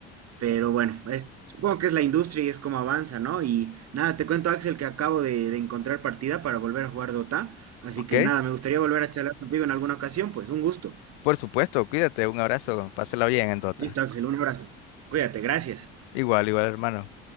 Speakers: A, on the right; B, on the left.
A: Pero bueno, es- supongo que es la industria y es como avanza, ¿no? Y nada, te cuento, Axel, que acabo de, de encontrar partida para volver a jugar Dota. Así
B: ¿Ok?
A: que nada, me gustaría volver a charlar contigo en alguna ocasión, pues un gusto.
B: Por supuesto, cuídate, un abrazo, pásela bien en Dota.
A: Listo, Axel, un abrazo. Cuídate, gracias.
B: Igual, igual, hermano.